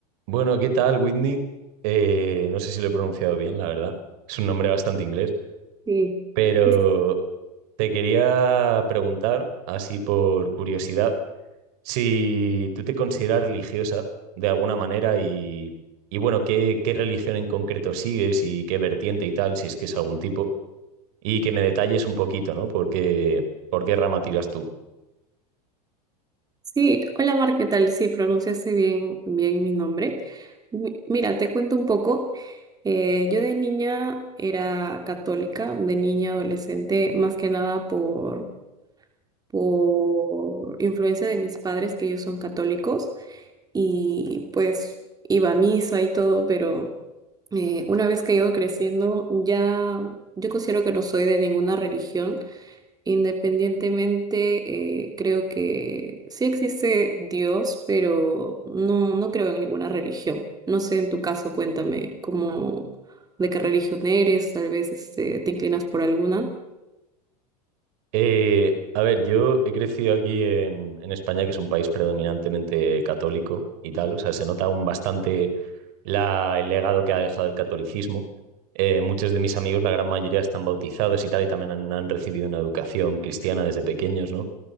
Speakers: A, on the right (about 65°); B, on the right (about 20°).
A: Bueno, ¿qué tal, Whitney? Eh, no sé si lo he pronunciado bien, la verdad. Es un nombre bastante inglés,
B: Sí,
A: pero
B: sí,
A: te quería preguntar, así por curiosidad, si tú te consideras religiosa de alguna manera y, y bueno, qué, qué religión en concreto sigues y qué vertiente y tal, si es que es algún tipo, y que me detalles un poquito, ¿no? Porque, ¿por qué por qué rama tiras tú?
B: sí. Hola Mar, ¿qué tal? Sí, pronunciaste bien, bien mi nombre. Mi- Mira, te cuento un poco. Eh, yo de niña era católica, de niña adolescente, más que nada por, por influencia de mis padres, que ellos son católicos, y pues iba a misa y todo, pero eh, una vez que he ido creciendo, ya yo considero que no soy de ninguna religión. Independientemente, eh, creo que sí existe Dios, pero no, no creo en ninguna religión. No sé, en tu caso, cuéntame cómo, de qué religión eres, tal vez este, te inclinas por alguna.
A: Eh, a ver, yo he crecido aquí en, en España, que es un país predominantemente católico y tal. O sea, se nota aún bastante la- el legado que ha dejado el catolicismo. Eh, muchos de mis amigos, la gran mayoría, están bautizados y tal, y también han, han recibido una educación cristiana desde pequeños, ¿no?